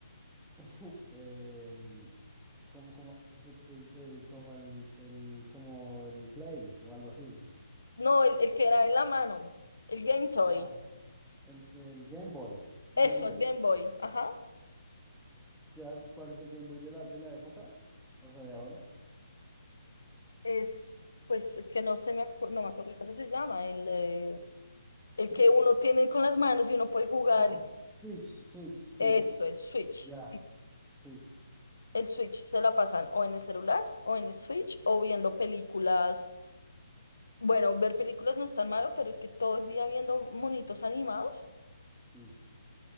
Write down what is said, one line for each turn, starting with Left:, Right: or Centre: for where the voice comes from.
Centre: <laughs> Em, como, como, así que el, el- como el, el- como el Play o algo así.
Left: No, el, el que era en la mano, el Game Toy.
Centre: Ah. El, el Game Boy. Game
Left: Eso,
Centre: Boy.
Left: el Game Boy. Ajá.
Centre: ¿Ya cuál es el Game Boy de la, de la época? O sea, de ahora.
Left: Es, pues es que no se me acuerdo, no me acuerdo cómo se llama, el... eh, El
Centre: Hmm.
Left: que uno tiene con las manos y uno puede jugar,
Centre: Ya. Switch, Switch, Switch.
Left: eso, el Switch.
Centre: Ya.
Left: Sí.
Centre: Sí,
Left: El Switch se la pasan o en el celular o en el Switch o viendo películas. Bueno, ver películas no es tan malo, pero es que todo el día viendo monitos animados.
Centre: sí.